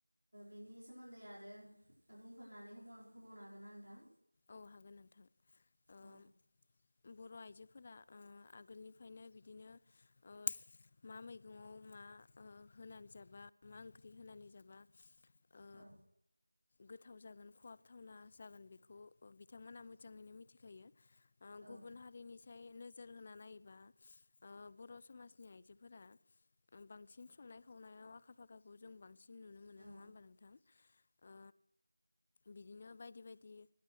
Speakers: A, on the right (about 75°); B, on the left (about 25°).
A: बेनि ओ सोमोन्दै आरो बुंफोरनानै होबावनो हागोनना नोंथां
B: औ हागोन नोंथां ओ
A: औ
B: बर' आइजोफोरा ओ आगोलनिफ्रायनो बिदिनो ओ मा मैगङाव मा ओ होनानै जाबा मा ओंख्रि होनानै जाबा ओ
A: औ
B: गोथाव जागोन खहाबथावना जागोन बेखौ बिथांमोनहा मोजाङैनो मिथिखायो ओ
A: औ
B: गुबुन हारिनिसाय नोजोर होना नायोबा ओ बर' समाजनि आइजोफोरा बांसिन संनाय खावनायाव आखा फाखाखौ जों बांसिन नुनो मोनो
A: औ
B: नङा होमबा नोंथां? ओ बिदिनो बायदि - बायदि